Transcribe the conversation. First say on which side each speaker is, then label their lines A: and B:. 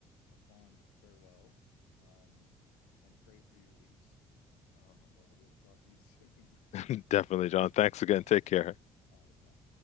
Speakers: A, on the left; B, on the left.
A: a fond farewell um, and pray for your Leafs. And uh, we will talk to you <laughs> soon.
B: <laughs> definitely, John. Thanks again. Take care.
A: All right, bye.